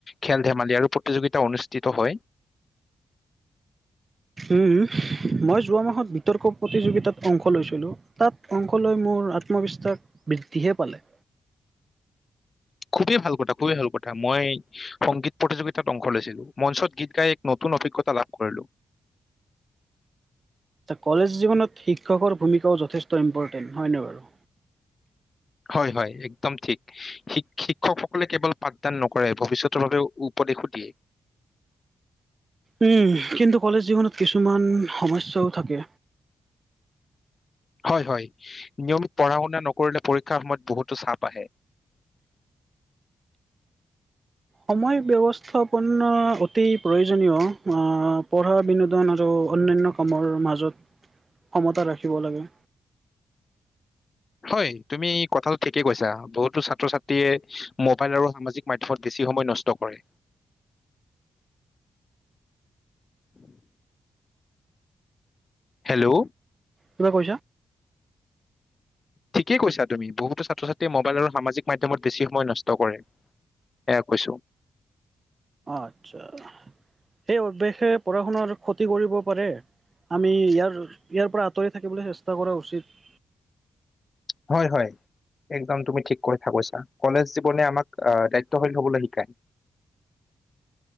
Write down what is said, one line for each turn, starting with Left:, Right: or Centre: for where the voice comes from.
Left: খেল-ধেমালি আৰু প্ৰতিযোগিতা অনুষ্ঠিত হয়।
Right: উম' মই যোৱা মাহত বিতৰ্ক প্ৰতিযোগিতাত অংশ লৈছিলোঁ। তাত অংশ লৈ মোৰ আত্মবিশ্বাস বৃদ্ধিহে পালে।
Left: খুবেই ভাল কথা, খুবেই ভাল কথা, মই সংগীত প্ৰতিযোগিতাত অংশ লৈছিলো, মঞ্চত গীত গাই এক নতুন অভিজ্ঞতা লাভ কৰিলো।
Right: কলেজ জীৱনত শিক্ষকৰ ভূমিকাও যথেষ্ট ইম্পৰ্টেণ্ট হয় নে বাৰু?
Left: হয়, হয় একদম ঠিক। শিক শিক্ষকসকলে কেৱল পাঠদান নকৰে, ভৱিষ্যতৰ বাবে উপদেশো দিয়ে।
Right: উম' কিন্তু কলেজ জীৱনত কিছুমান সমস্যাও থাকে।
Left: হয়, হয় নিয়মিত পঢ়া শুনা নকৰিলে পৰীক্ষাৰ সময়ত বহুতো চাপ আহে।
Right: সময় ব্যৱস্থাপনা অতি প্ৰয়োজনীয়, আ পঢ়া বিনোদন আৰু অন্যান্য কামৰ মাজত সমতা ৰাখিব লাগে।
Left: হয়' তুমি কথাটো ঠিকেই কৈছা, বহুতো ছাত্ৰ ছাত্ৰীয়ে মোবাইল আৰু সামাজিক মাধ্যমত বেছি সময় নষ্ট কৰে। <inaudible> হেল্ল'?
Right: কিবা কৈছা?
Left: ঠিকেই কৈছা তুমি, বহুতো ছাত্ৰ ছাত্ৰীয়ে মোবাইল আৰু সামাজিক মাধ্যমত বেছি সময় নষ্ট কৰে। এয়া কৈছো।
Right: আচ্ছা, সেই অভ্যাসে পঢ়া শুনাৰ ক্ষতি কৰিব পাৰে। আমি ইয়াৰ, ইয়াৰ পৰা আঁতৰি থাকিবলে চেষ্টা কৰা উচিত।
Left: হয় হয়। একদম তুমি ঠিক কথা কৈছা, কলেজ জীৱনে আমাক দায়িত্বশীল হবলে শিকায়।